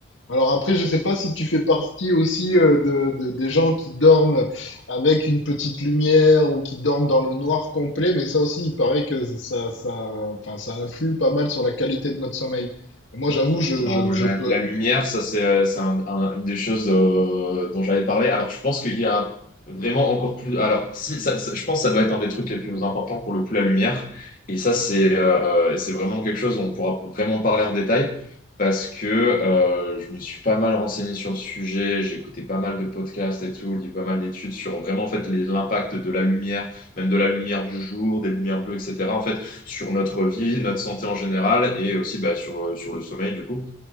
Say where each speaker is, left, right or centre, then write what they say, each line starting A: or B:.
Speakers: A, on the left; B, on the left.
A: Alors après, je ne sais pas si tu fais partie aussi euh, de, de- des gens qui dorment avec une petite lumière ou qui dorment dans le noir complet, mais ça aussi, il paraît que ça, ça, enfin, ça influe pas mal sur la qualité de notre sommeil. Et moi, j'avoue, je,
B: Ah
A: je,
B: ouais,
A: je
B: la,
A: peux.
B: la lumière, ça c'est euh, c'est un- un- une des choses euh, dont j'avais parlé. Alors je pense qu'il y a vraiment encore plus. Alors si, ça- ça- je pense que ça doit être un des trucs les plus importants pour le coup la lumière. Et ça c'est euh, c'est vraiment quelque chose dont on pourra vraiment parler en détail parce que euh, je me suis pas mal renseigné sur le sujet. J'ai écouté pas mal de podcasts et tout, lu pas mal d'études sur vraiment en fait les- l'impact de la lumière, même de la lumière du jour, des lumières bleues, etc. En fait sur notre vie, notre santé en général et aussi bah, sur euh, sur le sommeil du coup.